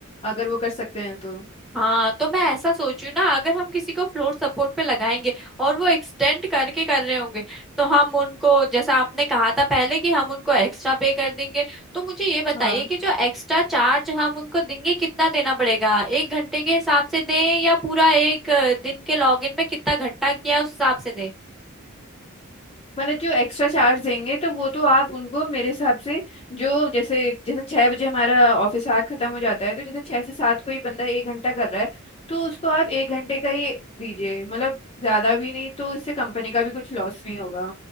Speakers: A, on the left; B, in the centre.
A: अगर वो कर सकते हैं तो
B: हाँ तो मैं ऐसा सोचू ना अगर हम किसी को फ्लोर सपोर्ट पे लगाएंगे और वो एक्सटेंड करके कर रहे होंगे तो हम उनको जैसा आपने कहा था पहले कि हम उनको एक्स्ट्रा पे कर देंगे तो मुझे ये बताइए
A: हाँ
B: कि जो एक्स्ट्रा चार्ज हम उनको देंगे कितना देना पड़ेगा एक घंटे के हिसाब से दें या पूरा एक अ, दिन के लॉगिन में कितना घंटा किया है उस हिसाब से दें
A: मतलब जो एक्स्ट्रा चार्ज देंगे तो वो तो आप उनको मेरे हिसाब से जो जैसे जैसे छह बजे हमारा ऑफिस आवर खत्म हो जाता है तो जैसे छह से सात कोई बंदा एक घंटा कर रहा है तो उसको आप एक घंटे का ही दीजिए मतलब ज्यादा भी नहीं तो इससे कंपनी का भी कुछ लॉस नहीं होगा